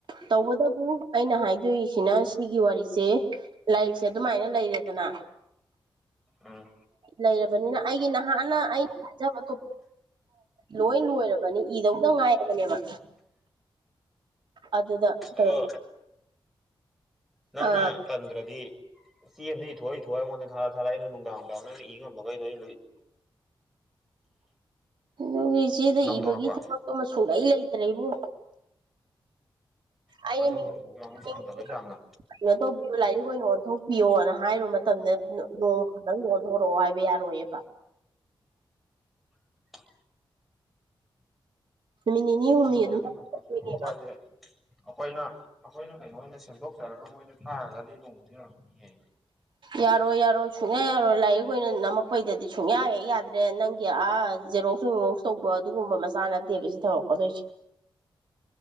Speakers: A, on the right; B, in the centre.
A: ꯇꯧꯕꯇꯕꯨ ꯑꯩꯅ ꯍꯥꯏꯗꯣꯏꯁꯤꯅ ꯁꯤꯒꯤ ꯋꯥꯔꯤꯁꯦ ꯂꯥꯏꯔꯤꯛꯁꯦ ꯑꯗꯨꯃꯥꯏꯅ ꯂꯩꯔꯦꯗꯅ
B: ꯎꯝ
A: ꯂꯩꯔꯕꯅꯤꯅ ꯑꯩꯒꯤ ꯅꯍꯥꯟꯅ ꯑꯩꯅ ꯈꯟꯖꯕꯗꯣ ꯂꯣꯏ ꯂꯣꯏꯔꯕꯅꯤ ꯏꯗꯧꯗ ꯉꯥꯏꯔꯕꯅꯦꯕ ꯑꯗꯨꯗ ꯀꯩꯅꯣ
B: ꯑꯗꯣ ꯅꯪꯅ
A: ꯑꯥ
B: ꯄꯟꯗ꯭ꯔꯗꯤ ꯁꯤ ꯅ ꯑꯩ ꯊꯣꯛꯣꯏꯏ ꯊ ꯊꯣꯛꯑꯏ ꯑꯩꯉꯣꯟꯗ ꯊꯔ ꯊꯥꯔ ꯅꯨꯡꯗꯥꯡꯅꯨꯡ ꯅ ꯏꯉꯝꯃꯩꯣꯏ
A: ꯑꯗꯨꯒꯤ ꯏꯆꯦꯗ
B: ꯅꯝꯊꯣꯔꯛꯄ
A: ꯏꯕꯒꯤ ꯊꯕꯛꯇꯣ ꯑꯃ ꯁꯨꯡꯂꯩ ꯂꯩꯇ꯭ꯔꯦꯕꯨꯣ
B: ꯑꯪ
A: ꯑꯩꯅ
B: ꯑꯗꯨꯣ
A: ꯃꯤꯡ
B: ꯍꯕꯣꯛ ꯑꯃꯅ
A: ꯃꯤꯡ
B: ꯁꯥꯟꯗꯔꯦ ꯆꯉꯅ
A: ꯀꯩꯅꯣ ꯇꯧꯕꯤꯣ ꯂꯥꯏꯔꯤꯛ ꯑꯣꯏꯅ ꯑꯣꯟꯊꯣꯛꯄꯤꯌꯣꯅ ꯍꯥꯏꯔꯨꯕ ꯃꯇꯝꯗ ꯅꯣꯡꯃ ꯅꯪ ꯄꯣꯔꯣꯛꯑꯣ ꯍꯥꯏꯕ ꯌꯥꯔꯣꯏꯌꯦꯕ
B: <unintelligible> ꯍꯥꯏꯁꯦ
A: ꯅꯨꯃꯤꯠ ꯅꯤꯅꯤ ꯍꯨꯝꯅꯤ
B: ꯑꯩꯈꯣꯏꯅ
A: ꯑꯗꯨꯝ ꯅꯦꯕ
B: ꯑꯩꯈꯣꯏꯅ ꯀꯩꯅꯣ ꯑꯣꯏꯅ ꯁꯦꯝꯗꯣꯛꯆꯔꯒ ꯃꯣꯏꯅ ꯊꯥꯔꯒꯗꯤ ꯅꯣꯡꯁꯤꯔꯛꯅꯤꯍꯦ
A: ꯌꯥꯔꯣꯏ ꯌꯥꯔꯣꯏ ꯁꯨꯡꯌꯥ ꯌꯥꯔꯣꯏ ꯂꯥꯏꯔꯤꯛ ꯑꯣꯏꯅ ꯅꯝꯃꯛꯄꯩꯗꯗꯤ ꯁꯨꯡꯌꯥ ꯍꯦꯛ ꯌꯥꯗ꯭ꯔꯦ ꯅꯪꯒꯤ ꯑ ꯖꯦꯔꯣꯛꯁ ꯔꯣꯛꯁ ꯇꯧꯕ ꯑꯗꯨꯒꯨꯝꯕ ꯆꯥꯅꯗꯦꯕꯁꯤ ꯊꯔꯛꯀꯗꯣꯏꯁꯦ